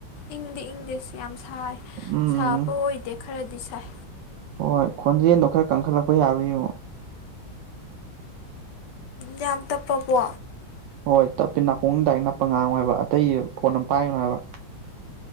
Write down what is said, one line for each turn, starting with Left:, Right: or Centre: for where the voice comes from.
Left: ꯏꯪꯗꯤ ꯏꯪꯗꯦꯁ ꯌꯥꯝ ꯁꯥꯏ
Right: ꯎꯝ
Left: ꯁꯥꯕ ꯑꯣꯏꯗꯦ ꯈꯔꯗꯤ ꯁꯥꯏ
Right: ꯍꯣꯏ ꯈꯣꯟꯖꯦꯜꯗꯣ ꯈꯔ ꯀꯟꯈꯠꯂꯛꯄ ꯌꯥꯕ꯭ꯔꯥ ꯌꯦꯡꯉꯣ
Left: ꯌꯥꯝ ꯇꯞꯄꯕꯣ
Right: ꯍꯣꯏ ꯇꯞꯄꯤ ꯅꯥꯀꯣꯡꯗꯥꯏꯛ ꯅꯞꯄ ꯉꯥꯡꯉꯣ ꯍꯥꯏꯕ ꯑꯇꯩ ꯐꯣꯟ ꯑꯝ ꯄꯥꯏꯒꯅꯣ ꯍꯥꯏꯕ